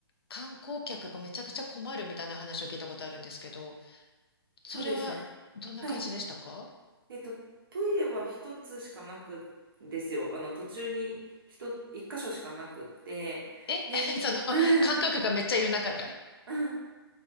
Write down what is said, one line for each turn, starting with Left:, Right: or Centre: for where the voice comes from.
Left: 観光客がめちゃくちゃ困るみたいな話を聞いたことあるんですけど、それはどんな感じでしたか
Right: そうですね。はい。えっと、トイレは一つしかなくんですよ。あの、途中に一、一箇所しかなくって。
Left: え
Right: で、
Left: <laughs> その観光客がめっちゃいる中で。
Right: うん。うん。う